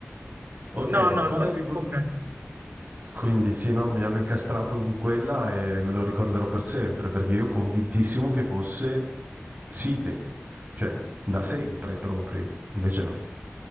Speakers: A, on the right; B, on the right.
A: Ok,
B: no, no,
A: quale
B: non
A: rivoluzione?
B: c'è con me.
A: Quindi sì, no, mi hanno incastrato con quella e me lo ricorderò per sempre, perché io convintissimo che fosse Sydney, cioè da sempre proprio, invece no.